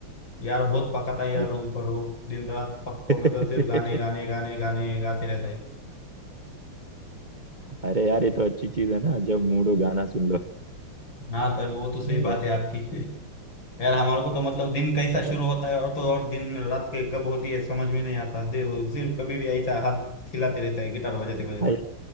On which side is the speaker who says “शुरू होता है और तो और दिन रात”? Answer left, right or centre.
Left